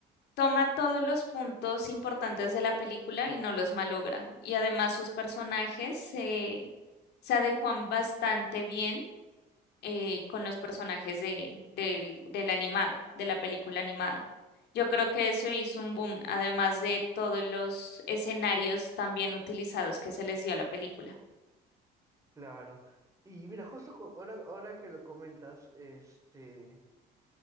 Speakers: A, on the left; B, on the right.
A: toma todos los puntos importantes de la película y no los malogra. Y además sus personajes se, se adecuan bastante bien eh, con los personajes de, del, del animado, de la película animada. Yo creo que eso hizo un boom, además de todos los escenarios también utilizados que se les dio a la película.
B: Claro. Y mira, justo co- ahora, ahora que lo comentas, este,